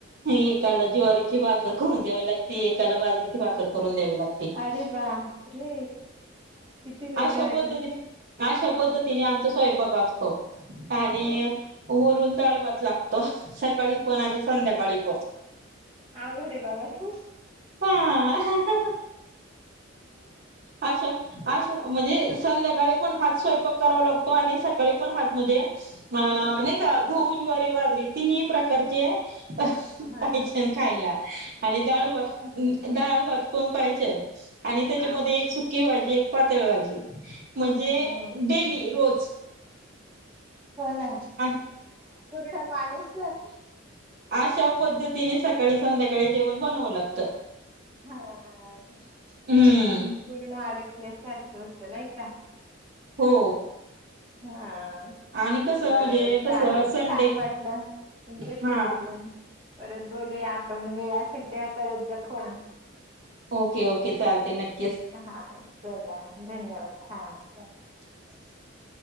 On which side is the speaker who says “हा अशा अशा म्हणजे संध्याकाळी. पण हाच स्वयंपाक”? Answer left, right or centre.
Right